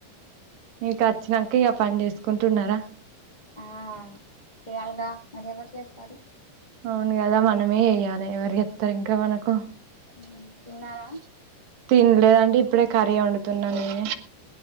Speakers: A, on the right; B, on the left.
A: మిగతా వచ్చినాక ఇక పని చేసుకుంటున్నారా
B: ఆ చేయాలిగా మరి ఎవరు చేస్తారు
A: అవును కదా మనమే ఎయ్యాలి ఎవరు చెప్తారు ఇంకా మనకు
B: ఉ తిన్నారా
A: తిన్ లేదండి ఇప్పుడే కర్రీ వండుతున్నా నీనే